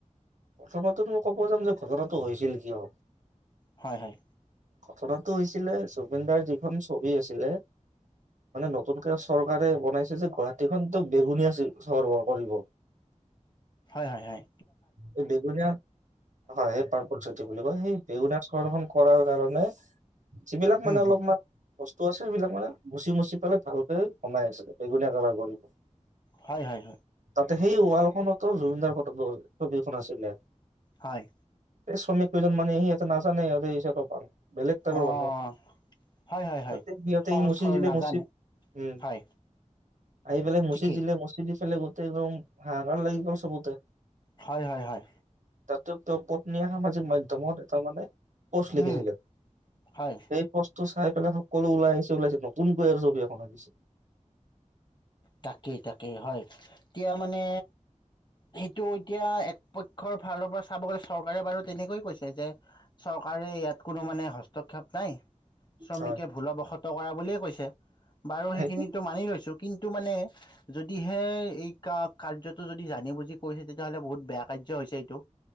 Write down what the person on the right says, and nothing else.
প্ৰথমতে মই ক'ব যাম যে ঘটনাটো হৈছিল কিয়।
ঘটনাটো হৈছিলে জুবিনদাৰ যিখন ছবি আছিলে মানে নতুনকে চৰকাৰে বনাইছে যে গুৱাহাটীখন তেওঁ বেগুনীয়া চহৰ কৰিব।
এই বেগুনীয়া হয় সেই পাৰপুল চিটি বুলি কয়। সেই বেগুনা ঘৰখন কৰাৰ কাৰণে। যিবিলাক
মানে অলপমান বস্তু আছে সবিলাক মানে গুচি মুচি ফাল ভালকে বনাই আছিলে বেঙুনীয়া কালাৰ কৰিব।
তাতে সেই ওৱাল খনতো জুবিনদাৰ ফটো <unintelligible> ছবিখন আছিলে।
এই শ্ৰমিক কেইজন মানে সিহঁতে নাজানে <unintelligible> বেলেগ টাইপৰ
মানুহ
সিহতে - সিহতে
আহি মোচি
দিলে
মোচি উম,
আহি পেলে মোচি
দিলে মোচি দি <unintelligible> গোটেইদম হাহাকাৰ লাগিব চবতে।
তাতো তেওঁ পত্নীয়ে সামাজিক মাধ্যমত এটা মানে পোষ্ট লিখিছিলে
সেই পষ্টটো চাই পেলাই সকলো ওলাই আহিছে ওলাইছে নতুনকৈ আৰু ছবি এখন আনিছে।
হয়।
সেইটো